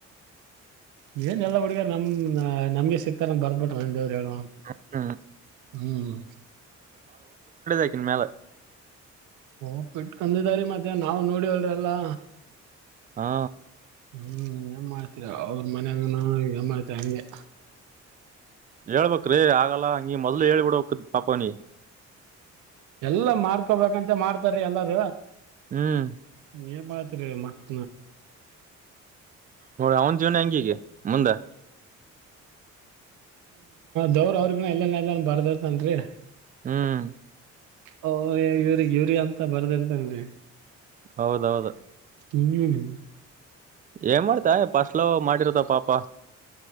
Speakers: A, on the right; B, on the right.
A: ಏನ್ ಎಲ್ಲಾ ಹುಡುಗೆರ್ ನಮ್ ನ ಆ ನಮಗೆ ಸಿಗ್ತಾರ ಬಿಟ್ಟರ್ ಎನ್ ದೇವ್ರ. ಹೇಳು
B: ಹ್ ಹ್ಮ.
A: ಹ್ಮ್
B: ಆಕಿನ್ ಮ್ಯಾಲ
A: ಓ ಬುಟ್ಕೊಂಡ ಇದೆರಿ ಮತ್. ಇದೇ ನಾವ್ ನೋಡಿವಲ್ರಿ ಎಲ್ಲಾ.
B: ಹಾ
A: ಹ್ಮ್ ಏನ್ ಮಾಡ್ತೀರ ಅವ್ರ ಮನ್ಯಾಗನ ಏನ್ ಮಾಡ್ತರಿ ಹಂಗೆ.
B: ಹೇಳ್ಬೇಕ್ರಿ ಆಗಲ್ಲ ನೀ ಮೊದ್ಲೇ ಹೇಳ್ಬಿಡಬೇಕಿತ್ತ ಪಾಪ್ ಅವ್ನಿಗ.
A: ಎಲ್ಲ ಮಾಡ್ಕಬೇಕಂತೆ ಮಾಡ್ತಾರಿ ಎಲ್ಲಾರ
B: ಹ್ಮ್
A: ಏನ್ ಮತ್ರಿ ಮತ್ತ
B: ನೋಡಿ ಅವನ ಜೀವನ ಹೆಂಗ ಈಗ ಮುಂದ
A: ದೇವ್ರ ಅವ್ರಿಗ ಎಲ್ಲನ ಮೇಲೆ ಬರ್ದತನ್ರಿ
B: ಹ್ಮ್
A: ಹೋ ಇವ್ರಿಗೆ ಇವ್ರ ಅಂತ ಬರ್ದಿರ್ದನ್ರಿ
B: ಹೌದೌದು
A: ಹ್ಮ್
B: ಏ ಮಾಡ್ತಾ ಯಾಪಾ ಫಸ್ಟ್ ಲವ್ ಮಾಡಿರುತ್ತ ಪಾಪ